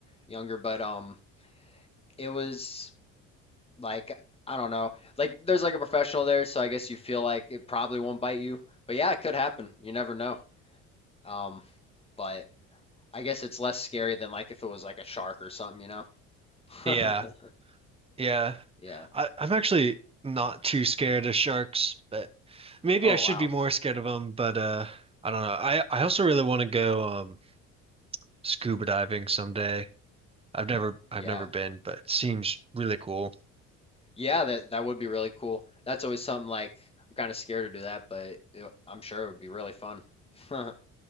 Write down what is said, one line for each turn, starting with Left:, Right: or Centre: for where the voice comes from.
Left: younger, but um, it was like I don't know, like there's like a professional there, so I guess you feel like it probably won't bite you. But yeah, it could happen. You never know. Um, but I guess it's less scary than like if it was like a shark or something, you know? <laughs>
Right: Yeah, yeah.
Left: Yeah.
Right: I, I'm actually not too scared of sharks, but maybe
Left: Oh
Right: I should
Left: wow.
Right: be more scared of them. But uh, I don't know. I, I also really want to go um scuba diving someday. I've never I've
Left: Yeah.
Right: never been, but it seems really cool.
Left: Yeah, that that would be really cool. That's always something like I'm kind of scared to do that, but it, I'm sure it would be really fun. <laughs>